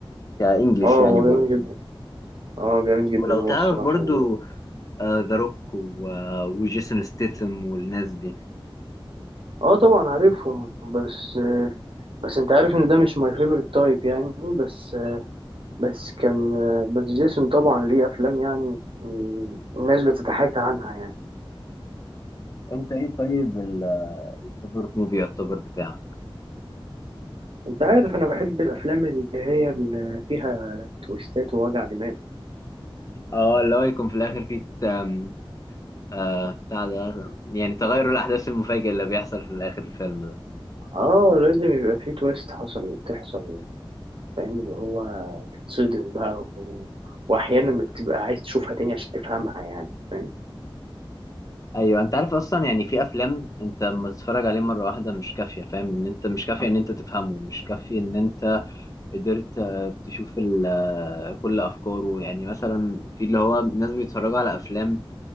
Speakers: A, on the left; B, on the right.
A: كانجليش
B: اه
A: يعني
B: هو
A: برضو
B: جامد جدا اه جامد جدا
A: ولو تعرف
B: هو الصراحة
A: برضو
B: هو
A: ذا روك وجيسون ستيثم والناس دي
B: اه طبعا عارفهم بس بس انت عارف ان ده مش ماي فيفورت تايب يعني بس بس كان بس جيسون طبعا ليه افلام يعني الناس بتتحاكى عنها يعني
A: انت ايه طيب الفيفورت موفي يعتبر بتاعك
B: انت عارف انا بحب الافلام اللي هي اللي فيها تويستات ووجع دماغ
A: اه اللي هو يكون في الاخر فيه ت- آم، آه بتاع ده يعني تغير الاحداث المفاجئ اللي بيحصل في الاخر الفيلم ده
B: اه لازم يبقى في تويست حصل تحصل فاهم اللي هو تتصدم بقى و... واحيانا بتبقى عايز تشوفها تاني عشان تفهمها يعني فاهم
A: ايوه انت عارف اصلا يعني في افلام انت لما تتفرج عليه مره واحده مش كافيه فاهم ان انت مش كافيه ان انت تفهمه مش كافيه ان انت قدرت آه، تشوف ال- آه، كل افكاره يعني مثلا في اللي هو ناس بيتفرجوا على افلام